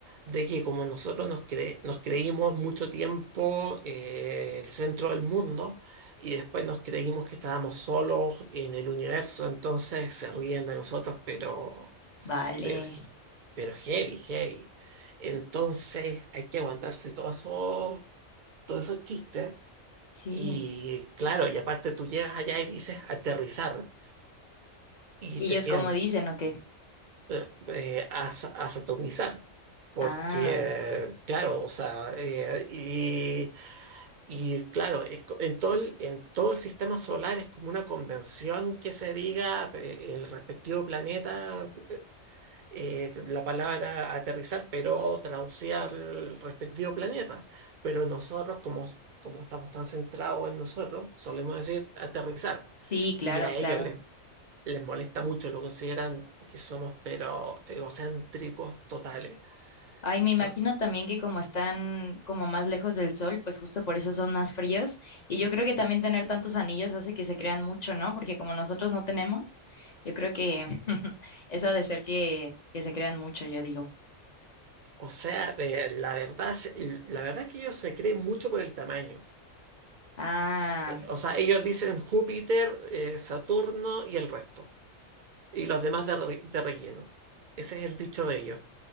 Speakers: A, on the right; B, on the left.
A: de que como nosotros nos, cre- nos creímos mucho tiempo eh, el centro del mundo y después nos creímos que estábamos solos en el universo, entonces se ríen de nosotros, pero,
B: Vale,
A: pero, he- pero heavy, heavy. Entonces hay que aguantarse todos esos, todos esos chistes.
B: sí.
A: Y claro, y aparte tú llegas allá y dices aterrizar y
B: ¿Y
A: te
B: ellos
A: quedan
B: cómo dicen o qué?
A: eh, eh, a, sa- a saturnizar. Porque,
B: Ah,
A: claro, o sea, eh, y, y claro, es co- en todo el, en todo el sistema solar es como una convención que se diga eh, el respectivo planeta, eh, eh, la palabra aterrizar, pero traducida al respectivo planeta. Pero nosotros, como, como estamos tan centrados en nosotros, solemos decir aterrizar.
B: sí, claro,
A: Y a
B: claro.
A: ellos les les molesta mucho, lo consideran que somos pero egocéntricos totales.
B: Ay, me imagino
A: To-
B: también que como están como más lejos del sol, pues justo por eso son más fríos. Y yo creo que también tener tantos anillos hace que se crean mucho, ¿no? Porque como nosotros no tenemos, yo creo que <laughs> eso ha de ser que, que se crean mucho, yo digo.
A: O sea, eh, la verdad, se- la verdad es que ellos se creen mucho por el tamaño.
B: Ah,
A: Eh, o sea, ellos dicen Júpiter, eh, Saturno y el resto. Y los demás de, re- de relleno. Ese es el dicho de ellos.